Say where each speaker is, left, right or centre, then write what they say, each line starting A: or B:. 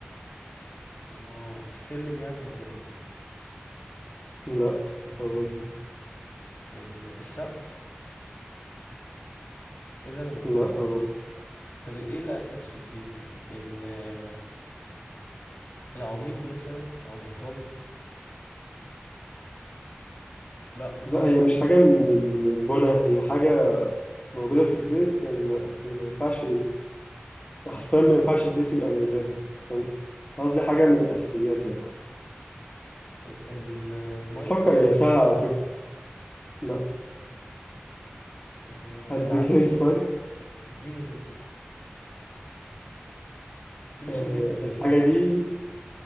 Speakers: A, on the left (about 55°); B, on the left (about 35°).
A: اه السلم يعني ولا ايه طيب
B: لا برضه
A: ال- السقف ايه اللي انا بقوله
B: لا برضه
A: طب ايه الأساس في البيت طيب ال- العواميد مثلا أو الحيطان لأ صح
B: لا هي مش حاجة من من البنا هي حاجة موجودة في البيت يعني ما, يعني ما ينفعش حرفيا ما ينفعش البيت يبقى من غيرها يعني قصدي حاجة من الأساسيات يعني
A: ال- ال- المية
B: فكر يا سهلة على فكرة لا
A: آه،
B: هديك
A: العفش
B: انت طيب
A: اديني هنت ما تقوليش
B: آه
A: النت
B: الحاجة دي